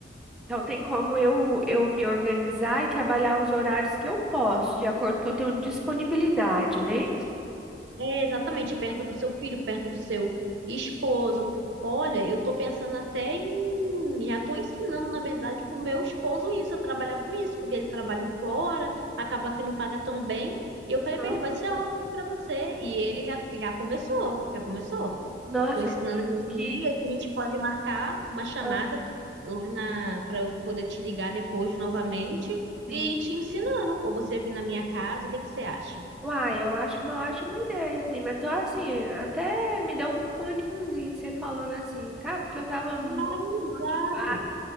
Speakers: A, in the centre; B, on the right.
A: então tem como eu eu me organizar e trabalhar os horários que eu posso, de acordo com que eu tenho disponibilidade, né?
B: É, exatamente, perto do seu filho, perto do seu esposo. Olha, eu tô pensando até em. Já tô ensinando, na verdade, pro meu esposo isso, a trabalhar com isso, porque ele trabalha fora, acaba que não paga tão bem. E eu falei
A: Ah,
B: pra ele, vai ser ótimo pra você. E ele já, já começou, já começou.
A: Nossa,
B: Estou ensinando
A: que
B: ele aqui.
A: que-
B: A gente pode marcar uma chamada
A: ah.
B: lá na para eu poder te ligar depois novamente
A: Sim.
B: e ir te ensinando. Ou você vir na minha casa, o que que você acha?
A: Uai, eu acho uma ótima ideia, prima. Então, assim, até me deu um ânimozinho você falando assim, sabe? Porque eu tava muito
B: Claro,
A: desmotivada,
B: claro.